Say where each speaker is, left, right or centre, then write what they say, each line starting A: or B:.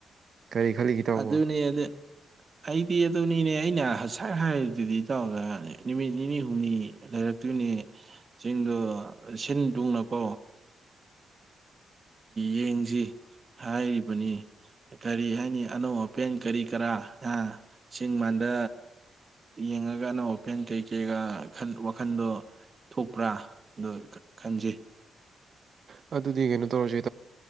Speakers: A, on the right; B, on the right.
A: ꯀꯔꯤ ꯈꯜꯂꯤꯒꯦ ꯏꯇꯥꯎꯕꯣ
B: ꯑꯗꯨꯅꯦ ꯑ ꯑꯗꯨ ꯑꯩꯗꯤ ꯑꯗꯨꯅꯤꯅꯦ ꯑꯅ ꯉꯁꯥꯏ ꯍꯥꯏꯔꯤꯗꯨꯗꯤ ꯇꯧꯔꯒ ꯅꯨꯃꯤꯠ ꯅꯤꯅꯤ ꯍꯨꯝꯅꯤ ꯂꯩꯔꯛꯇꯣꯏꯅꯦ ꯆꯤꯡꯗꯣ ꯁꯤꯟ ꯊꯨꯡꯅꯀꯣ ꯌꯦꯡꯁꯤ ꯍꯥꯏꯔꯤꯕꯅꯤ ꯀꯔꯤ ꯍꯥꯏꯅꯤ ꯑꯅꯧ ꯑꯄꯦꯟ ꯀꯔꯤ ꯀꯔꯥ ꯆꯤꯡ ꯃꯥꯟꯗ ꯌꯦꯡꯉꯒ ꯑꯅꯧ ꯑꯄꯦꯟ ꯀꯩ ꯀꯩꯒ ꯋꯥꯈꯟꯗꯣ ꯊꯣꯛꯄ꯭ꯔꯥ ꯑ ꯈꯟꯖꯩ
A: ꯑꯗꯨꯗꯤ ꯀꯩꯅꯣ ꯇꯧꯔꯁꯦ